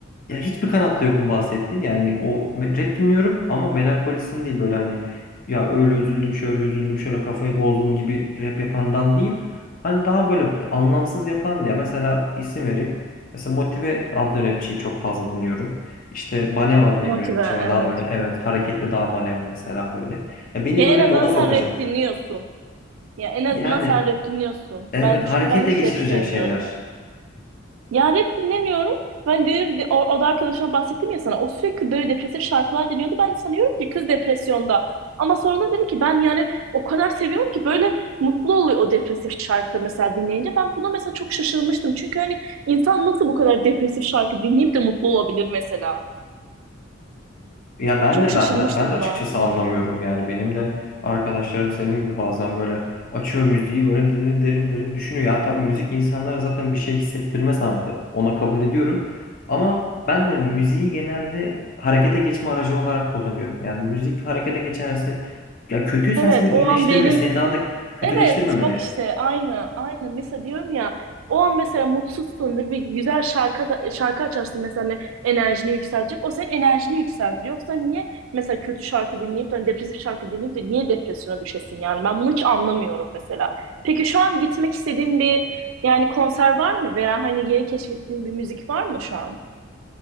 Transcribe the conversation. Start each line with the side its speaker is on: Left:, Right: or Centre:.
Left: ya hiçbir kanatta yokum bahsettin. Yani o me- rap dinliyorum ama melankolisin değil böyle hani ya öyle üzüldüm şöyle üzüldüm şöyle kafayı bozdum gibi rap yapandan değil. Hani daha böyle anlamsız yapan ya mesela isim vereyim. Mesela Motive adlı rapçiyi çok fazla dinliyorum. İşte Baneva diye
Right: Motive,
Left: bir rapçi var.
Right: evet.
Left: Daha böyle evet hareketli daha Baneva mesela böyle. Ya beni
Right: Ya
Left: böyle
Right: en azından
Left: moda
Right: sen
Left: sokacak.
Right: rap dinliyorsun. Ya en azından
Left: Yani
Right: sen rap dinliyorsun.
Left: Evet,
Right: Ben düşün
Left: harekete
Right: ben hiç
Left: geçirecek
Right: rap sevmiyorum.
Left: şeyler.
Right: Ya rap dinlemiyorum. Ben diyorum o, o da arkadaşıma bahsettim ya sana. O sürekli böyle depresif şarkılar dinliyordu. Ben de sanıyorum ki kız depresyonda. Ama sonradan dedi ki ben yani o kadar seviyorum ki böyle mutlu oluyor o depresif şarkı mesela dinleyince. Ben buna mesela çok şaşırmıştım. Çünkü hani insan nasıl bu kadar depresif şarkı dinleyip de mutlu olabilir mesela.
Left: Ya ben
Right: Çok
Left: de
Right: şaşırmıştım
Left: ben de ben de açıkçası
Right: buna.
Left: anlamıyorum yani benim de arkadaşlarım senin gibi bazen böyle açıyor müziği böyle derin derin derin düşünüyor. Ya tamam müzik insanlara zaten bir şey hissettirme sanatı. Ona kabul ediyorum. Ama ben de müziği genelde harekete geçme aracı olarak kullanıyorum. Yani müzik harekete geçersin. Ya kötüysen
Right: Evet,
Left: seni iyileştirmeli,
Right: o an benim
Left: seni daha da kötüleştirmemeli.
Right: Evet bak işte aynı aynı mesela diyorum ya o an mesela mutsuzsundur bir güzel şarkı da- şarkı açarsın mesela hani enerjini yükseltecek o senin enerjini yükseltir yoksa niye mesela kötü şarkı dinleyip de hani depresif şarkı dinleyip de niye depresyona düşesin yani ben bunu hiç anlamıyorum mesela. Peki şu an gitmek istediğin bir yani konser var mı veya hani yeni keşfettiğin bir müzik var mı şu an?